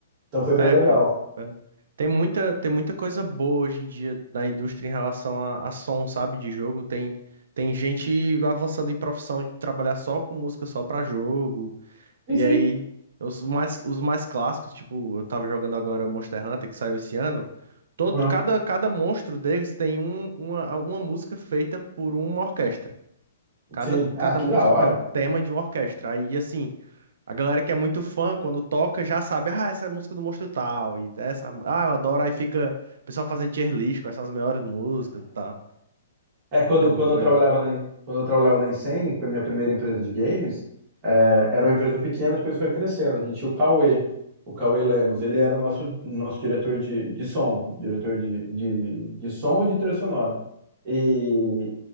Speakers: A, on the right (about 25°); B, on the right (about 60°).
A: Então foi bem
B: É,
A: legal.
B: cara. pera. Tem muita, tem muita coisa boa hoje em dia na indústria em relação a, a som, sabe? De jogo. Tem, tem gente avançando em profissão de trabalhar só com música, só pra jogo.
A: Sim,
B: E
A: sim.
B: aí, os mais, os mais clássicos, tipo, eu tava jogando agora Monster Hunter, que saiu esse ano. Todo,
A: Aham.
B: cada, cada monstro deles tem um, uma, uma música feita por uma orquestra. Cada,
A: Sim. Ah,
B: cada
A: que
B: monstro
A: da hora.
B: tem um tema de uma orquestra. Aí, assim, a galera que é muito fã, quando toca, já sabe, ah, essa é a música do monstro tal, e essa, ah, eu adoro. Aí fica o pessoal fazendo tier list com essas melhores músicas e tal.
A: É, quando,
B: É muito
A: quando eu
B: legal.
A: trabalhava na, quando eu trabalhava na Insane, que foi minha primeira empresa de games, é, era uma empresa pequena, depois foi crescendo. A gente tinha o Cauê, o Cauê Lemos, ele era o nosso, nosso diretor de, de som, diretor de, de, de som e de trilha sonora. E